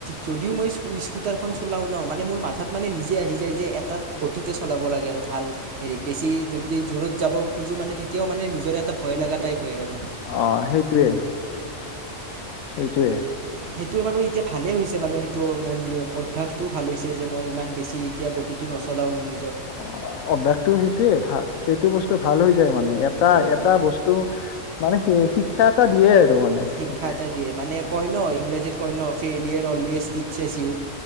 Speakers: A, on the right; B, on the left.
A: যদিও মই স্কুটাৰখন চলাও ন মানে মোৰ মাথাত মানে নিজে আহি যায় যে এটা গতিতে চলাব লাগে আৰু ভাল হেৰি বেছি যদি দূৰত যাব খোজো মানে তেতিয়াও মানে নিজৰ এটা ভয় লগা টাইপ হয় আৰু
B: অ সেইটোৱে সেইটোৱে
A: সেইটো বাৰু এতিয়া ভালে হৈছে বাৰু সেইটো মোৰ অভ্যাসটোও ভাল হৈছে যে মই ইমান বেছি এতিয়া গতি নচলাও মে
B: অ অভ্যাসটো সেইটোয়ে ভা সেইটো বস্তু ভাল হৈ যায় মানে এটা
A: সেয়াই
B: এটা বস্তু মানে সেই শিক্ষা এটা দিয়ে আৰু মানে
A: শিক্ষা
B: সেইটোৱে
A: এটা দিয়ে মানে কই ন ইংৰাজীত কই ন ফেইলাৰ অলৱেজ টিছেছ ইউ